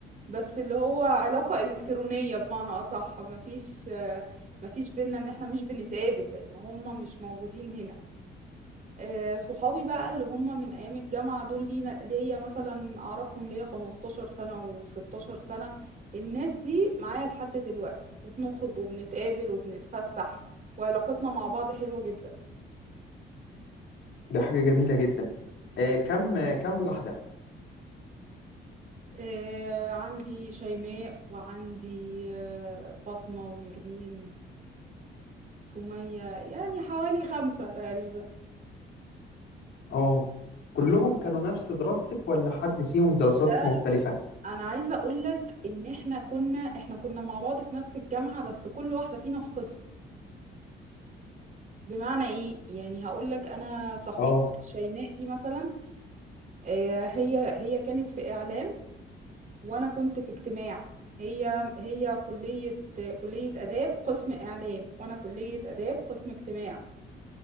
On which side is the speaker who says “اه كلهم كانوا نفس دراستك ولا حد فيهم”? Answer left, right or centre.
Left